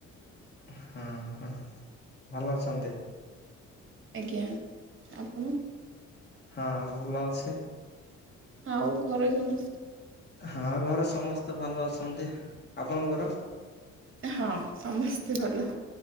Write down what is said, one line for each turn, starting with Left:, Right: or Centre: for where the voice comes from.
Left: ହଁ ହଁ ଭଲ ଅଛନ୍ତି।
Right: ଆଜ୍ଞା ଆପଣ।
Left: ହଁ ଭଲ ଅଛି।
Right: ଆଉ ଘରେ ସମସ୍ତେ।
Left: ହଁ ଘରେ ସମସ୍ତେ ଭଲ ଅଛନ୍ତି ଆପଣଙ୍କର।
Right: ହଁ ସମସ୍ତେ ଭଲ।